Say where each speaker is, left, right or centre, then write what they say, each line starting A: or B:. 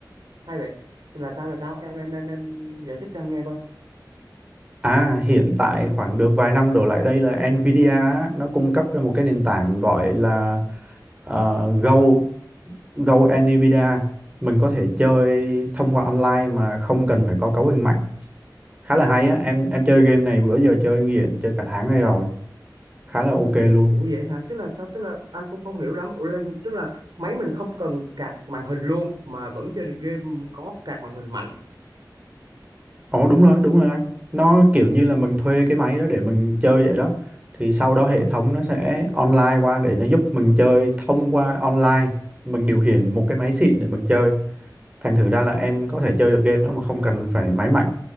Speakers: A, on the right (about 65°); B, on the right (about 20°).
A: hay vậy. Thì Là sao là sao? Em em em em giải thích cho anh nghe coi.
B: À, hiện tại khoảng được vài năm đổ lại đây là Nvidia á, nó cung cấp ra một cái nền tảng gọi là ờ, Go Go Nvidia. Mình có thể chơi thông qua online mà không cần phải có cấu hình mạnh khá là hay á em em chơi game này bữa giờ chơi nghiện chơi cả tháng nay rồi khá là ok luôn
A: Ủa vậy hả? Tức là sao? Tức là anh cũng không hiểu lắm. Ủa là, tức là máy mình không cần card màn hình luôn mà vẫn chơi được game có card màn hình mạnh.
B: ồ đúng rồi đúng rồi anh nó kiểu như là mình thuê cái máy đó để mình chơi vậy đó thì sau đó hệ thống nó sẽ online qua để nó giúp mình chơi thông qua online mình điều khiển một cái máy xịn để mình chơi thành thử ra là em có thể chơi được game đó mà không cần phải máy mạnh